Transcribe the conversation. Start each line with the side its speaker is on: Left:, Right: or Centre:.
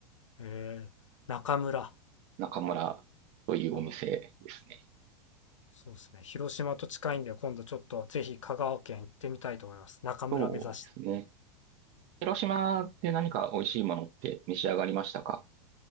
Left: へえ。中村。
Right: 中村というお店ですね。
Left: あ、そうですね。広島と近いんで、今度ちょっとぜひ香川県行ってみたいと思います。中村目指して。
Right: そうですね。広島で何か美味しいものって召し上がりましたか